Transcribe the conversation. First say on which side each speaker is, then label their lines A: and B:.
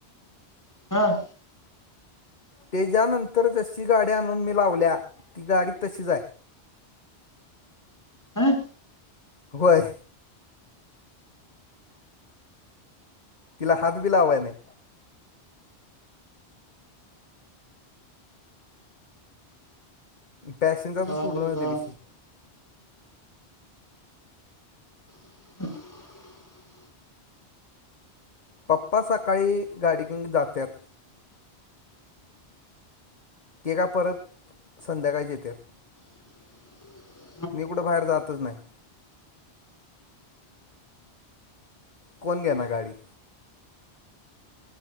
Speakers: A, on the left; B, on the left.
A: हां
B: त्याच्यानंतर जशी गाडी आणून मी लावल्या ती गाडी तशीच आहे.
A: हां
B: होय तिला हात बी लावाय नाही. पॅशनचा सोडूनच
A: अरे वा
B: दे विषय
A: <inaudible>
B: पप्पा सकाळी गाडी घेऊून जातात. ते काय परत संध्याकाळीच येतात.
A: <inaudible>
B: मी कुठं बाहेर जातच नाही. कोण घेणार गाडी.